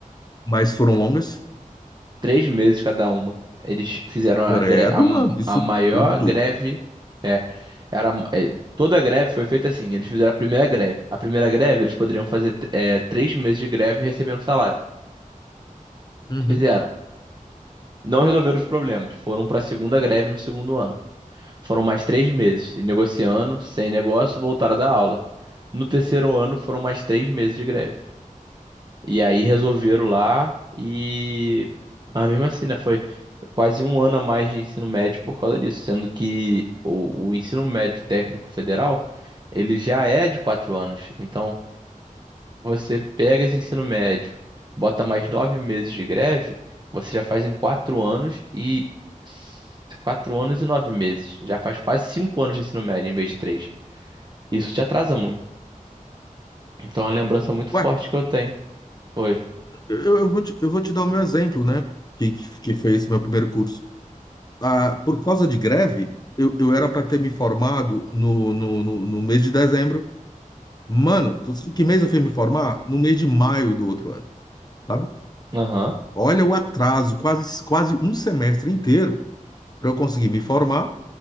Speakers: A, on the left (about 30°); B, on the right (about 30°).
A: Mas foram longas?
B: Três meses cada uma. Eles fizeram a,
A: Credo,
B: gre- a,
A: mano, isso
B: a maior
A: tudo.
B: greve. É, era, é, toda a greve foi feita assim. Eles fizeram a primeira greve. A primeira greve, eles poderiam fazer é, três meses de greve e receber um salário.
A: Uhum.
B: Fizeram. Não resolveram os problemas. Foram para a segunda greve no segundo ano. Foram mais três meses. negociando, sem negócio, voltaram da aula. No terceiro ano, foram mais três meses de greve. E aí resolveram lá e. Mas mesmo assim, né? Foi quase um ano a mais de ensino médio por causa disso, sendo que o, o ensino médio técnico federal ele já é de quatro anos. Então, você pega esse ensino médio, bota mais nove meses de greve, você já faz em quatro anos e quatro anos e nove meses. Já faz quase cinco anos de ensino médio em vez de três. Isso te atrasa muito. Então, é uma lembrança muito forte
A: Ué,
B: que eu tenho. Oi.
A: eu, eu vou te, eu vou te dar o meu exemplo, né? Que, que foi esse meu primeiro curso. Ah, por causa de greve, eu, eu era para ter me formado no, no, no, no mês de dezembro Mano, tu sabe que mês eu fui me formar? No mês de maio do outro ano, sabe?
B: Aham.
A: Olha o atraso, quase, quase um semestre inteiro para eu conseguir me formar.